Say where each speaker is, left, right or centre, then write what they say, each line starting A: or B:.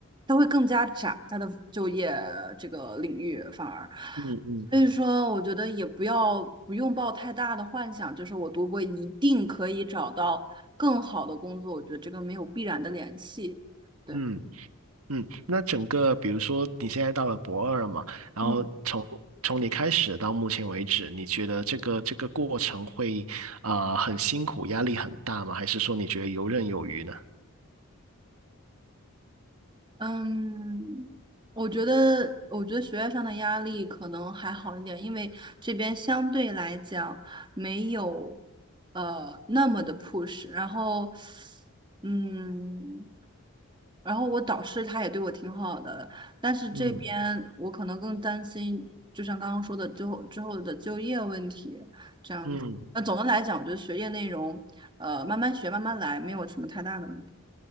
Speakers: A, on the right (about 20°); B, on the right (about 80°).
A: 它会更加窄它的就业这个领域，反而，
B: 嗯嗯。
A: 所以说，我觉得也不要不用抱太大的幻想，就是我读博一定可以找到更好的工作，我觉得这个没有必然的联系。对。
B: 嗯嗯，那整个比如说你现在到了博二嘛，然后从从你开始到目前为止，
A: 嗯。
B: 你觉得这个这个过程会啊、呃很辛苦，压力很大吗？还是说你觉得游刃有余呢？
A: 嗯，我觉得，我觉得学业上的压力可能还好一点，因为这边相对来讲没有呃那么的 push。然后，嗯，然后我导师他也对我挺好的，但是这边我可能更担心，
B: 嗯。
A: 就像刚刚说的，最后之后的就业问题这样子。
B: 嗯
A: 那总的来讲，我觉得学业内容，呃，慢慢学，慢慢来，没有什么太大的问题。